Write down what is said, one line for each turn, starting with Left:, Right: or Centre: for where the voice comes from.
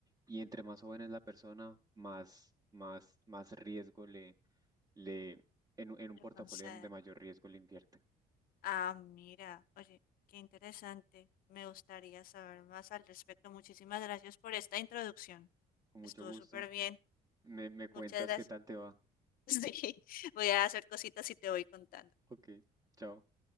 Right: Y entre más joven es la persona, más, más, más riesgo le, le, en, un- en un
Left: le
Right: portafolio
Left: conceden.
Right: de mayor riesgo le invierte.
Left: Ah, mira, oye, qué interesante. Me gustaría saber más al respecto. Muchísimas gracias por esta introducción.
Right: Con mucho
Left: Estuvo
Right: gusto.
Left: súper bien.
Right: Me, me cuentas
Left: Muchas gracias.
Right: qué tal
Left: <laughs>
Right: te va.
Left: Sí, voy a hacer cositas y te voy contando.
Right: Ok, chao.